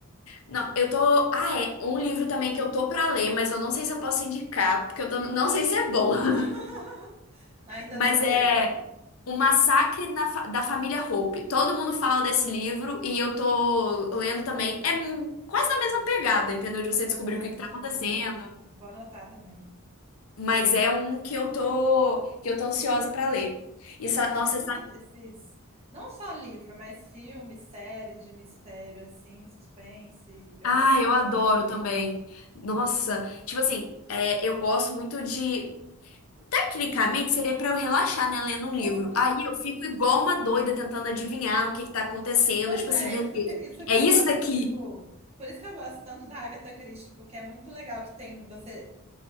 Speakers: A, on the left (about 75°); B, on the right (about 30°).
A: Não, eu tô. Ah, é. Um livro também que eu tô pra ler, mas eu não sei se eu posso indicar, porque eu tam- não sei se é bom. <laughs>
B: <laughs> Ainda
A: Mas
B: não leu.
A: é O Massacre na Fa- da Família Hope. Todo mundo fala desse livro e eu tô lendo também. É hum, quase na mesma pegada, entendeu? De
B: O
A: você descobrir
B: Massacre
A: o que que tá
B: da
A: acontecendo.
B: Família Hopper? Vou anotar também.
A: Mas é um que eu tô, que eu tô ansiosa pra ler. Isso,
B: Eu gosto
A: é, nossa,
B: muito desses, não só livro, mas filme, série de mistério, assim, suspense. Eu
A: Ah,
B: gosto.
A: eu adoro
B: bastante.
A: também. Nossa, tipo assim, é, eu gosto muito de. Tecnicamente, seria pra eu relaxar, né, lendo um
B: Ah,
A: livro. Aí
B: <laughs>
A: eu fico igual uma doida tentando adivinhar o que que tá acontecendo.
B: Pois
A: Tipo
B: é,
A: assim, meu
B: isso
A: Deus,
B: que, isso que
A: é
B: eu
A: isso
B: gosto,
A: daqui.
B: tipo, por isso que eu gosto tanto da Agatha Christie, porque é muito legal que tem você,